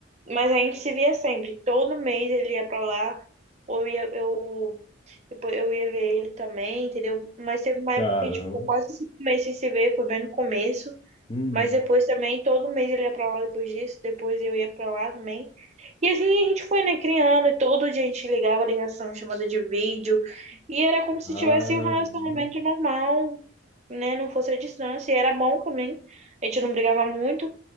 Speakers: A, on the right; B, on the left.
A: Mas a gente se via sempre. Todo mês ele ia pra lá, ou eu ia, eu, depois eu ia ver ele também, entendeu? Mas teve uma
B: Caramba.
A: época que a gente ficou quase cinco meses sem se ver, foi bem no começo.
B: Uhum.
A: Mas depois também, todo mês ele ia pra lá depois disso, depois eu ia pra lá também. E assim a gente foi, né, criando, e todo dia a gente ligava ligação, chamada de vídeo, e era como se
B: Caramba.
A: tivesse um relacionamento normal, né, não fosse a distância, e era bom também, a gente não brigava muito,